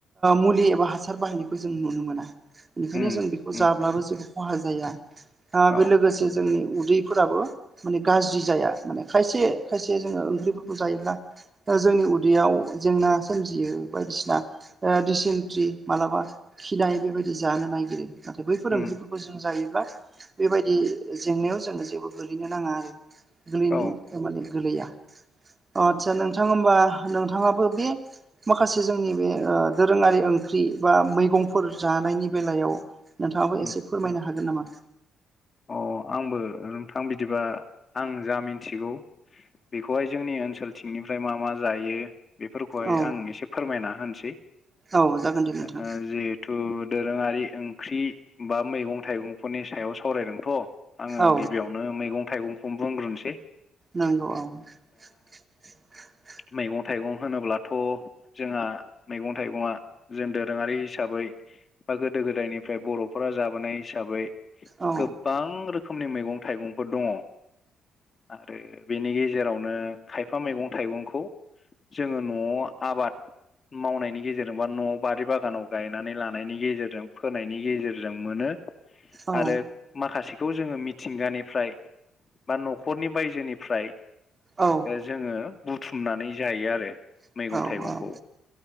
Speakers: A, on the right; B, on the left.
A: मुलि एबा हासार बाहायनायखौ जों नुनो मोना बेनिखायनो
B: उम
A: जों बेखौ
B: उम
A: जाब्लाबो जेबो खहा जाया
B: औ
A: बे लोगोसे जोंनि उदैफोराबो माने गाज्रि जाया माने खायसे खायसे जोङो ओंख्रिफोरखौ जायोब्ला जोंनि उदैयाव जेंना सोमजियो बायदिसिना रिसेन्टलि मालाबा फिनायै बेबायदि जानो नागिरो नाथाय बै फोरोंगिरिफोरखौ
B: उम
A: जों जायोब्ला बेबायदि जेंनायाव जोङो जेबो गोलैनो नाङा आरो गोलैनो
B: औ
A: माने गोलैया आचसा नोंथां होम्बा नोंथाङाबो बे माखासे जोंनि बे दोरोङारि ओंख्रि बा मैगंफोर जानायनि बेलायाव नोंथाङाबो
B: उम
A: एसे फोरमायनो हागोन नामा
B: अ आंबो नोंथां बिदिबा आं जा मिन्थिगौ बेखौहाय जोंनि ओनसोलथिंनिफ्राय मा मा जायो बेफोरखौहाय
A: औ
B: आं एसे फोरमायना होनोसै
A: औ जागोन दे नोंथाङा
B: ओ जिहेथु दोरोङारि ओंख्रि बा मैगं थाइगंफोरनि सायाव सावरायदोंथ' आङो
A: औ
B: गिबियावनो मैगं थाइगंखौनो बुंग्रोनसै
A: नांगौ औ <unintelligible>
B: मैगं थाइगं होनोब्लाथ' जोंहा मैगं थाइगंा जों दोरोङारि हिसाबै बा गोदो गोदायनिफ्राय बर'फोरा जाबोनाय हिसाबै
A: औ
B: गोबां रोखोम रोखोमनि मैगं थाइगंफोर दङ। आरो बेनि गेजेरावनो खायफा मैगं थाइगंखौ जोङो न'आव आबाद मावनायनि गेजेरजों बा न'आव बारि बागानाव गायनानै लानायनि गेजेरजों फोनायनि गेजेरजों मोनो
A: औ
B: आरो माखासेखौ जोङो मिथिंगानिफ्राय बा न'खरनि बायजोनिफ्राय
A: औ
B: जोङो बुथुमनानै जायो आरो
A: औ
B: मैगं थाइगंखौ
A: औ